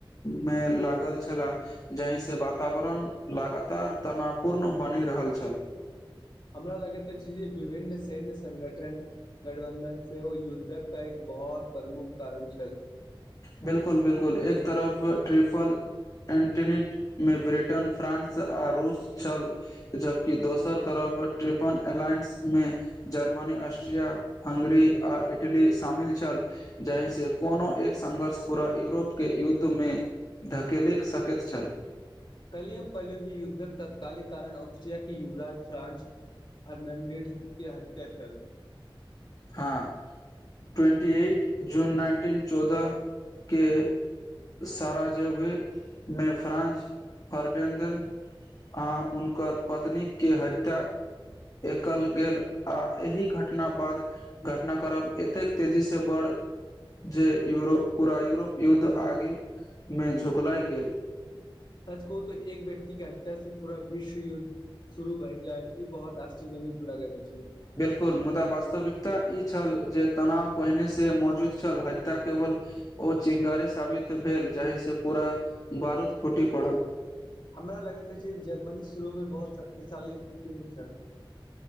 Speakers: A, on the left (about 40°); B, on the left (about 60°).
A: में लागल छलै जाहि से वातावरण लगातार तनापूर्ण बनि रहल छल
B: हमरा लगैत छै जे विभिन्न सैन्य संगठन गठबन्धन से ओ युद्धक का एक बहुत प्रमुख कारण छल
A: बिल्कुल बिल्कुल एक तरफ ट्रिफल एंटनी में ब्रिटेन फ्रानंस आ रूस छल जबकि दोसर तरफ ट्रिपन अलायंस में जर्मनी ऑस्ट्रिया हंगरी आ इटली शामिल छल जहि से कोनो एक संघर्ष पूरा यूरोपके युद्ध में धकेलि सकैत छल
B: कलियम पैलोजी युद्धक तत्कालिक कारण ऑस्ट्रिया के युवराज फ्रांस फर्नांडिड के हत्याचल
A: हँ ट्वेन्टी एट जून नाइनटीन चौदह क सारा जेभे नेफ्रानज फर्डन्दन आ हुनकर पत्नीके हत्या एकल गेल आ एहि घटना बाद घटना करब एतेक तेजी से बड़ जे यरो पूरा यूरोप युद्ध आगे में झुकलाइ गेल
B: सच कहु तऽ एक व्यकि के हतियास से पूरा विश्व युद्ध शुरू भएजाय ई बहुत आश्चजनित लगैत छै
A: बिल्कुल मुदा वास्तविकता इ छल जे तनाव पहिने से मौजूद छल हत्या केवल ओ चिङ्गारी साबित भेल जाहिसँ पूरा बारूद फूटि पड़ल
B: हमरा लगैत अछि जर्मनी शुरूमें बहुत शक्तिशाली स्थितिमे छल